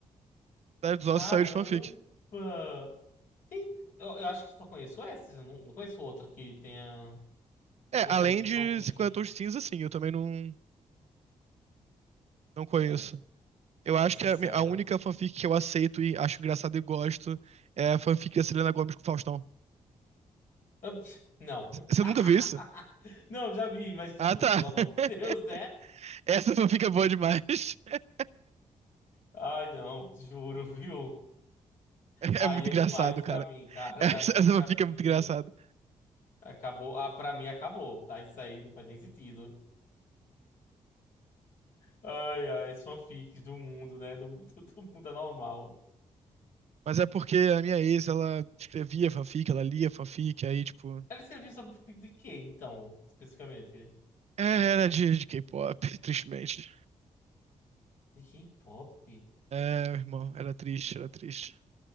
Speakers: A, on the right; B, on the left.
A: Cidade
B: Caramba!
A: dos Ossos saiu de fanfic.
B: Tem- Eu, eu acho que só conheço essas, eu não, não conheço outra que tenha,
A: É,
B: tenha
A: além
B: saído de
A: de
B: fanfic.
A: 50 Tons de Cinza, sim, eu também não, não conheço.
B: É,
A: Eu
B: ser
A: acho
B: sincero.
A: que a, mi- a única fanfic que eu aceito e acho engraçado e gosto é a fanfic da Selena Gomez com o Faustão.
B: Ah, pss, Não.
A: Você
B: <laughs>
A: nunca viu isso?
B: Não, já vi, mas, tipo,
A: Ah, tá.
B: pelo
A: <laughs>
B: amor de Deus, né?
A: Essa fanfic é boa demais. <laughs>
B: Ai, não, juro, viu?
A: É
B: Aí
A: muito
B: é
A: engraçado,
B: demais
A: cara.
B: pra mim, cara.
A: Essa,
B: <laughs> Aí
A: essa
B: pra
A: fanfic
B: mim
A: é muito engraçado.
B: acabou. Ah, pra mim acabou, tá? Isso aí não faz nem sentido. Ai, ai, os fanfics do mundo, né? Do, <laughs> do, do mundo anormal.
A: Mas é porque a minha ex, ela escrevia fanfic, ela lia fanfic, aí, tipo.
B: Ela escreveu sobre fanfic de quem, então, especificamente?
A: É, era de, de K-pop, <laughs> tristemente.
B: De K-pop?
A: É, meu irmão, era triste, era triste.